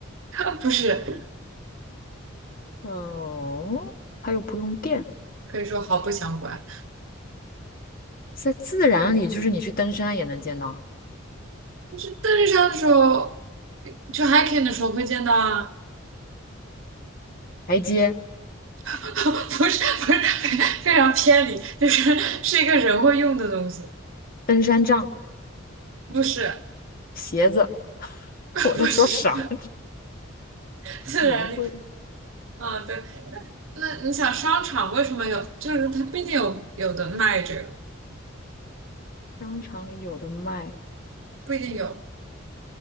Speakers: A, on the right; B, on the left.
A: <laughs> 不是，
B: 哦，它又不用电，
A: 可以说毫不相关。
B: 在自然里就是你去登山也能见到，
A: 但是登山的时候，去 hiking 的时候会见到啊，
B: 台阶、
A: <laughs> 不是，不是，非非常偏离，就是是一个人会用的东西，
B: 登山杖、
A: 不是，
B: 鞋子，<laughs>
A: <laughs>
B: 我在说啥？
A: 不是，<laughs> 自然力。
B: 人会
A: 嗯，对，那你想商场为什么有？就是它毕竟有有的卖这个。
B: 商场里有的卖，
A: 不一定有